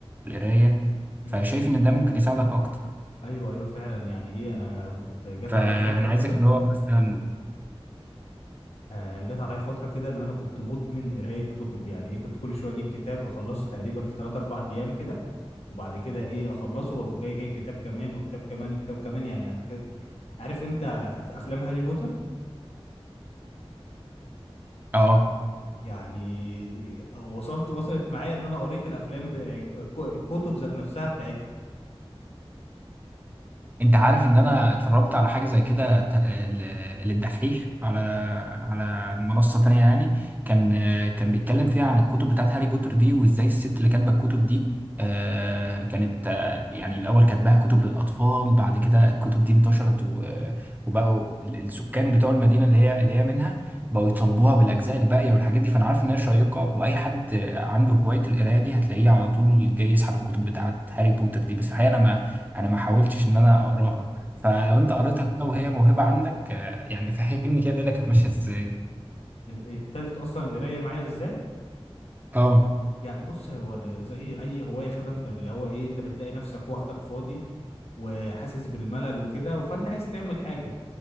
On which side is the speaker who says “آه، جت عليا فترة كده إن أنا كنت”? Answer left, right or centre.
Left